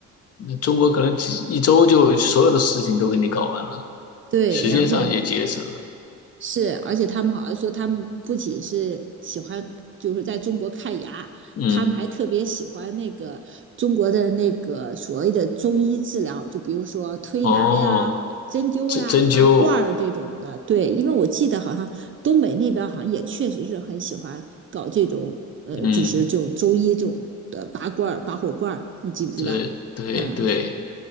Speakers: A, on the left; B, on the right.
A: 那中国可能几一周就所有的事情都给你搞完了，
B: 对，
A: 时间上也节省了。
B: 然后是，而且他们好像说，他们不仅是喜欢，就是在中国看牙，
A: 嗯，
B: 他们还特别喜欢那个中国的那个所谓的中医治疗，就比如说推拿呀、
A: 哦，
B: 针灸呀、
A: 针针灸，
B: 拔罐儿这种的。对，因为我记得好像东北那边好像也确实是很喜欢搞这种，呃，
A: 嗯，
B: 就是这种中医这种的拔罐儿、拔火罐儿，你记不记得？
A: 对对对，
B: 嗯